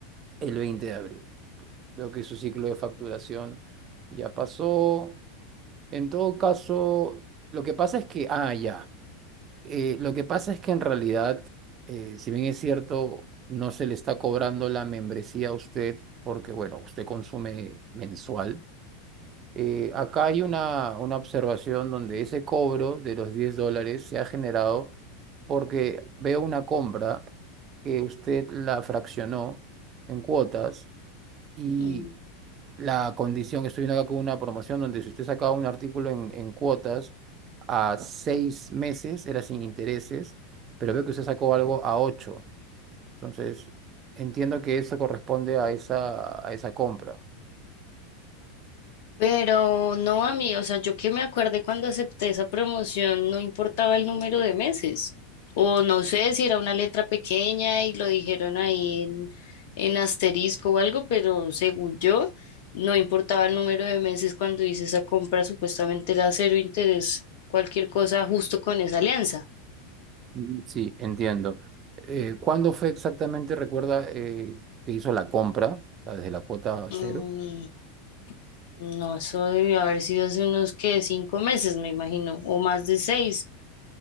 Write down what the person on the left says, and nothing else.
Mm.
Pero no a mí, o sea, yo que me acuerde cuando acepté esa promoción, no importaba el número de meses. O no sé si era una letra pequeña y lo dijeron ahí en, en asterisco o algo, pero según yo, no importaba el número de meses cuando hice esa compra, supuestamente era cero interés, cualquier cosa justo con esa alianza.
Mm, no, eso debió haber sido hace unos que cinco meses, me imagino, o más de seis.